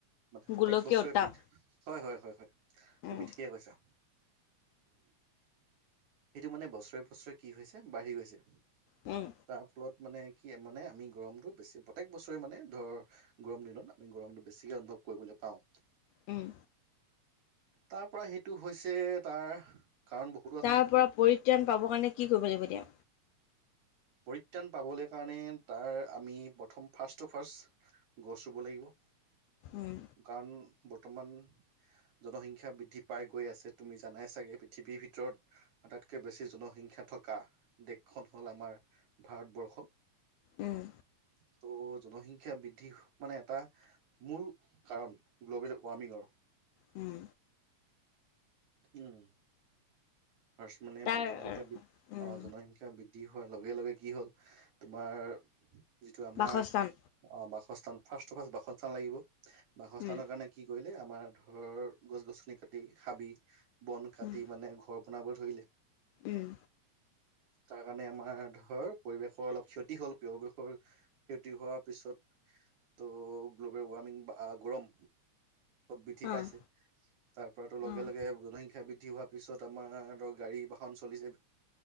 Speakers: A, on the right; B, on the left.
A: মানে প্ৰতেক
B: গোলকীয়
A: বছৰে
B: উত্তাপ।
A: বি হয়, হয়, হয়, হয়, তুমি
B: উম,
A: ঠিকে কৈছা। সেইটো মানে বছৰে বছৰে কি হৈছে বাঢ়ি গৈছে।
B: উম,
A: তাৰ ফলত মানে কি মানে আমি গৰমটো বেছি প্ৰত্যেক বছৰে মানে ধৰ গৰম দিনত আমি গৰমটো বেছিকে অনুভৱ কৰিবলৈ পাওঁ।
B: উম,
A: তাৰ পৰা সেইটো হৈছে তাৰ কাৰণ বহুত
B: তাৰ পৰা পৰিত্ৰাণ পাবৰ কাৰণে কি কৰিব লাগিব এতিয়া?
A: পৰিত্ৰাণ পাবলৈ কাৰণে তাৰ আমি প্ৰথম ফাৰ্ষ্টটটো ফাৰ্ষ্ট গছ ৰুব লাগিব
B: উম,
A: কাৰণ বৰ্তমান জনসংখ্যা বৃদ্ধি পাই গৈ আছে তুমি জানাই চাগে পৃথিৱীৰ ভিতৰত আটাইতকৈ বেছি জনসংখ্যা থকা দেশখন হ'ল আমাৰ। ভাৰতবৰ্ষ,
B: উম,
A: ত' জনসংখ্য বৃদ্ধি মানে এটা মূল কাৰণ, গ্ল'বেল ৱাৰ্মিঙৰ।
B: উম
A: উম' ফাৰ্ষ্ট মানে
B: তাৰ
A: জনসংখ্যা,
B: উম,
A: জনসংখ্যা বৃদ্ধি হোৱাৰ লগে লগে কি হ'ল তোমাৰ যিটো আমাৰ,
B: বাসস্থান।
A: অ' বাসস্থান ফাৰ্ষ্ট ফাৰ্ষ্ট বাসস্থান লাগিব। বাসস্থানৰ
B: উম,
A: কাৰণে কি কৰিলে, আমাৰ ধৰ গছ গছনি কাটি হাবি বন কাটি
B: উম,
A: মানে ঘৰ বনাব ধৰিলে
B: উম,
A: তাৰ কাৰণে আমাৰ ধৰ পৰিৱেশৰ অলপ ক্ষতি হ'ল, পৰিৱেশৰ ক্ষতি হোৱাৰ পিছত ত' গ্ল'বেল ৱাৰ্মিং বা গৰম, বৃদ্ধি
B: অ',
A: পাইছে। তাৰ পৰাতো লগে
B: অ',
A: লগে জনসংখ্যা বৃদ্ধি হোৱাৰ পিছত আমাৰ ধৰ গাড়ী বাহন চলিছে